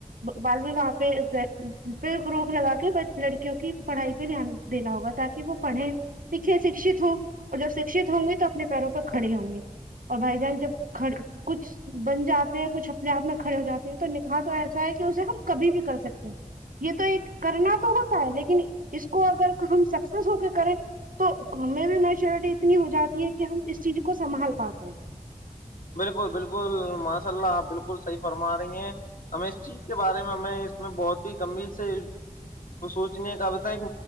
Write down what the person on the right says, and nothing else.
بالو وہاں پہ پہ روک لگا کے لڑکیوں کی پڑھائی پہ دھیان دینا ہوگا تاکہ وہ پڑھے لکھے شکھت ہو اور جب شک ہوں گی تو اپنے پیروں پر کھڑے ہوں گی اور بھائی جان جب کچھ بن جاتے ہیں کچھ اپنے آپ میں کھڑے ہو جات ہیں تو نکاح تو ایسا ہے کہ اسے ہم کبھی بھی کر سکتے ہیں یہ تو ایک کرنا تو ہوتا ہے لیکن اس کو اگر ہم سکسیس ہو کے کریں تو ہمیں بھی میچورٹی اتنی ہو جاتی ہے کہ ہم اس چیز کو سنبھال پاتے ہیں